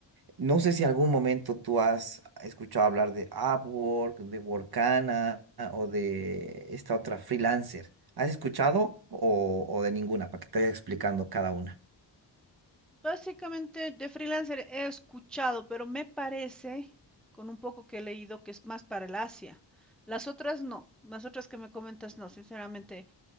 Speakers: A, on the right; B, in the centre.
A: No sé si algún momento tú has escuchado hablar de Upwork, de Workana o de esta otra freelancer. ¿Has escuchado o, o de ninguna para que te vaya explicando cada una?
B: Básicamente de freelancer he escuchado, pero me parece, con un poco que he leído, que es más para el Asia. Las otras no, las otras que me comentas no, sinceramente